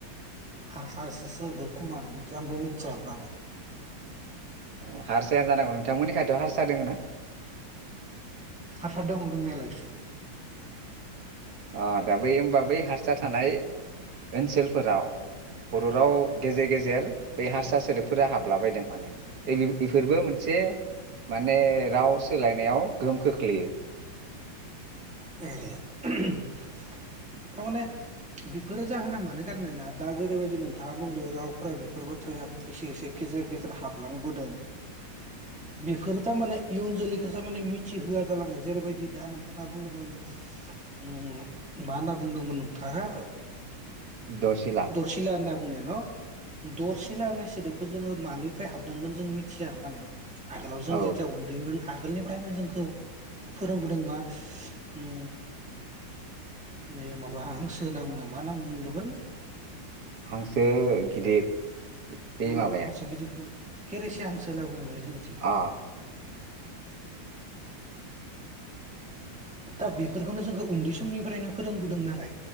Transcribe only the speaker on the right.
अ हारसायानो जानांगौ नोंथांमोननि खायथ हारसा दोङ ना?
आ दा बै होमबा बै हारसा थानाय ओनसोलफोराव बर' राव गेजेर गेजेर बै हारसा सोदोबफोरा हाबला बायदों माने <unintelligible> इफोरबो मोनसे माने राव सोलायनायाव गोहोम खोख्लैयो।
दसिला
औ
हांसो गिदिर। बे
माबाया
अ।